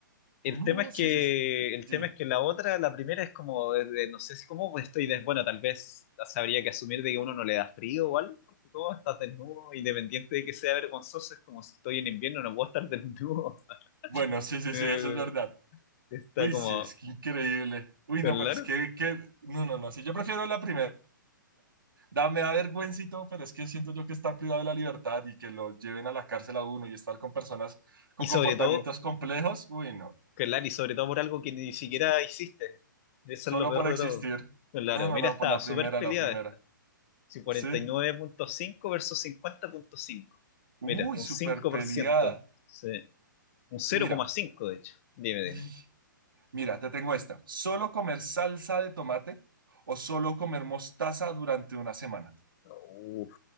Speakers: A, on the left; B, on the right.
A: El
B: no,
A: tema es
B: sí,
A: que,
B: sí, sí.
A: el
B: sí.
A: tema es que la otra, la primera es como, de- de- no sé si cómo pues, estoy, des- bueno, tal vez habría que asumir de que uno no le da frío o algo, porque todo estás desnudo, independiente de que sea vergonzoso, es como si estoy en invierno, no puedo estar desnudo. <laughs>
B: Bueno, sí, sí,
A: Eh,
B: sí, eso es verdad.
A: está
B: Uy,
A: como,
B: sí, es que increíble. Uy,
A: claro.
B: no, pero es que, que... No, no, no, sí, yo prefiero la primera. Da, me da vergüenza y todo, pero es que siento yo que estar privado de la libertad y que lo lleven a la cárcel a uno y estar con personas con
A: Y sobre
B: comportamientos
A: todo,
B: complejos, uy, no,
A: claro, y sobre todo por algo que ni siquiera hiciste. Eso
B: solo
A: es lo peor
B: por existir.
A: de todo. Claro,
B: No, no,
A: mira,
B: no,
A: está
B: por la
A: súper
B: primera,
A: peleada
B: la primera.
A: esta. Sí, 49.5
B: Sí.
A: versus 50.5.
B: Uy,
A: Mira, un
B: súper
A: 5%.
B: peleada.
A: Sí. Un cero
B: Mira,
A: coma cinco de hecho. Dime, dime.
B: te... Mira, te tengo esta. ¿Solo comer salsa de tomate o solo comer mostaza durante una semana?
A: Uf,